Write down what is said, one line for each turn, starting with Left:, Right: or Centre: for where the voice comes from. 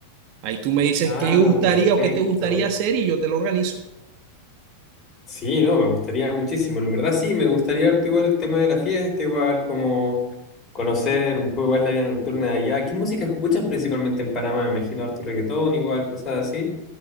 Right: Ahí tú me dices
Left: Ah,
Right: qué gustaría
Left: perfecto.
Right: o qué te gustaría hacer y yo te lo organizo.
Left: Sí, no, me gustaría muchísimo. En verdad, sí, me gustaría harto igual el tema de la fiesta, igual como conocer un poco más la vida nocturna de allá. ¿Qué música escuchan principalmente en Panamá? Me imagino harto reggaetón, igual, cosas así.